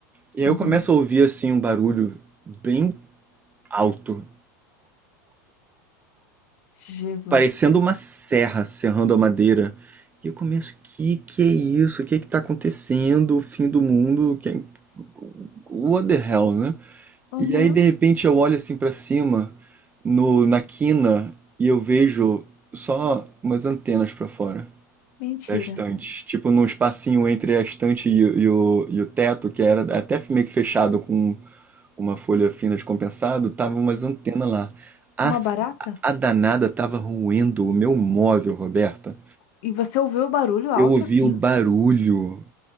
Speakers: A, on the right (about 20°); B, on the left (about 60°).
A: E aí
B: Uhum.
A: eu começo a ouvir assim um barulho bem alto
B: Jesus.
A: parecendo uma serra serrando a madeira. E eu começo, o que que é isso? O que é que tá acontecendo? O fim do mundo? Que... é, What the hell, né?
B: Uhum.
A: E aí de repente eu olho assim pra cima, no na quina, e eu vejo só umas antenas pra fora
B: Mentira.
A: da estante, tipo num espacinho entre a estante e, o- e o, e o teto, que era até meio que fechado com uma folha fina de compensado, tava umas antenas lá. A,
B: Uma barata?
A: a danada tava roendo o meu móvel, Roberta.
B: E você ouviu o barulho alto
A: Eu ouvi
B: assim?
A: o barulho.